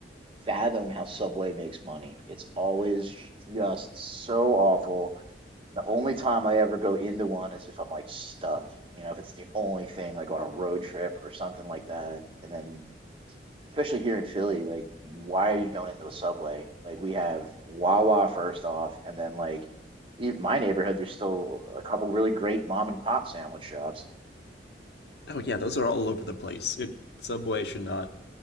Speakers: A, on the right; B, on the left.
A: fathom how Subway makes money. It's always just so awful. The only time I ever go into one is if I'm like stuck. You know, if it's the only thing, like on a road trip or something like that. And then especially here in Philly, like, why are you going into a subway? Like, we have Wawa first off, and then like in my neighborhood, there's still a couple really great mom and pop sandwich shops.
B: Oh yeah, those are all over the place. It Subway should not